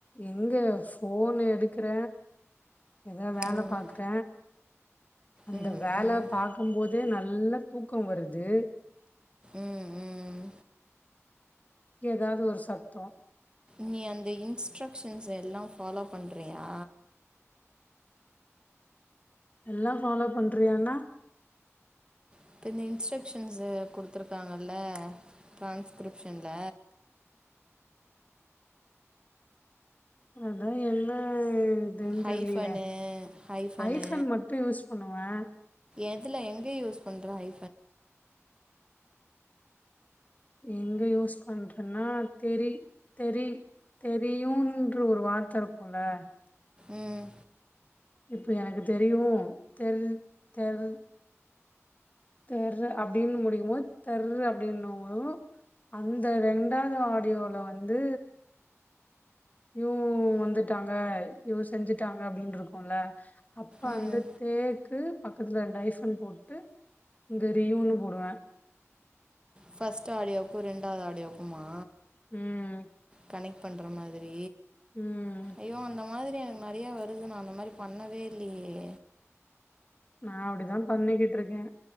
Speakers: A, on the left; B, on the right.
A: எங்க ஃபோன் எடுக்ற ஏதா வேல
B: ம்
A: பாக்ற அந்த
B: ம்
A: வேல
B: ம்
A: பாக்கும்போதே நல் ல்லா தூக்கோ வருது
B: ம், ம்
A: ஏதாவது ஒரு சத்தோ
B: நீ அந்த இன்ஸ்ட்ரக்‌ஷன்ஸ் எல்லா ஃபாலோ பண்றியா
A: எல்லா ஃபாலோ பண்றியானா
B: இப்ப இந்த இன்ஸ்ட்ரக்ஷன்ஸ் குடுத்துருக்காங்கல்ல டிரான்ஸ்கிரிப்ஷன்ல
A: அதா என்ன எதுனு
B: ஹைஃபனு
A: தெர்லியே
B: ஹைஃபனு
A: ஹைஃபன் மட்டு யூஸ் பண்ணுவே
B: எதுல எங்க யூஸ் பண்ற ஐ
A: எங்க யூஸ் பண்றன்னா தெரி தெரி தெரியுன்ற ஒரு வார்த்த இருக்குல
B: ம்
A: இப்ப எனக்கு தெரியு தெர் தெர் தெர் அப்டின்னு முடிக்குமோது தெர்ரு அப்டினும்போ அந்த ரெண்டாது ஆடியோல வந்து <unintelligible> வந்துட்டாங்க இவங் செஞ்சுட்டாங்க அப்டின்ருக்குல அப்ப
B: ம்
A: அந்த தே கு பக்கத்துல டைஃபன் போட்டு தெரியுனு போடுவே
B: ஃபர்ஸ்ட் ஆடியோக்கு ரெண்டாது ஆடியோக்குமா
A: ம்
B: கனெக்ட் பண்ற மாதிரி
A: ம்
B: ஐயோ அந்த மாதிரி எனக்கு நெறைய வருது நா அந்த மாரி பண்ணவே இல்லியே
A: நா அப்டிதா பண்ணிக்கிட்ருக்கே